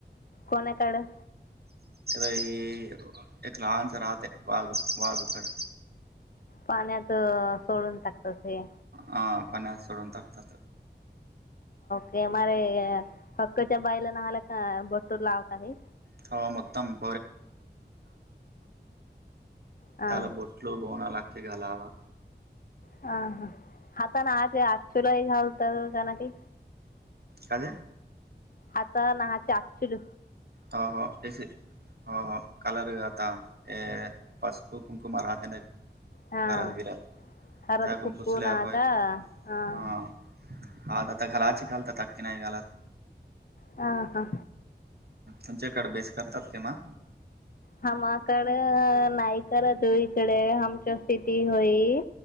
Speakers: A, on the left (about 55°); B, on the right (about 60°).
A: कोणाकडे?
B: ई एक लहानस राहते वाघ वाघूक
A: पाण्यात सोडून टाकत ते.
B: हम् पण्यात सोडून टाकतात.
A: के मर हक्कच्या बाईला नला का बट्टूर लावता है.
B: <unintelligible> त्याला
A: हां
B: बोटलो बो लागत. त्या आलावा
A: ह हा आता ना आज आचुलाही घालतात जाण की
B: काध
A: आता नाहाचे आचुल.
B: हो हो हो हो कलर गता ए पासपू कुमकुमारहात
A: हां
B: करत गिरत
A: हळद
B: त्याु
A: कुक्कू
B: पुसले
A: नाहाचा
B: हा
A: हां
B: आ आता घलाची घालत कीी नाही गालात.
A: ह हा
B: तुमच्याकडे बेस करतात. ते मा
A: हमाकड नाही करत हो इकडे हमच्या सिटी होई,